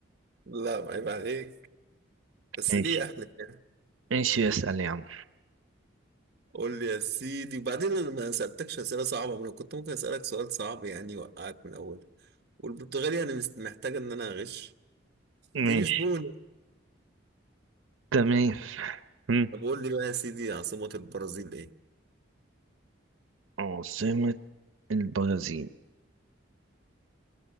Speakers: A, on the right; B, on the right.
A: لا ما عيب عليك بس
B: ماشي
A: ليه اهلك يعني
B: ماشي اسأل يا عم
A: قول لي يا سيدي وبعدين انا ما سالتكش اسئله صعبه ما انا كنت ممكن اسالك سؤال صعب يعني يوقعك من اول والبرتغالي انا مست- محتاجه ان انا اغش دي
B: ماشي
A: لشبونه
B: تمام هم.
A: طب قول لي بقى يا سيدي عاصمه البرازيل ايه
B: عاصمة البرازيل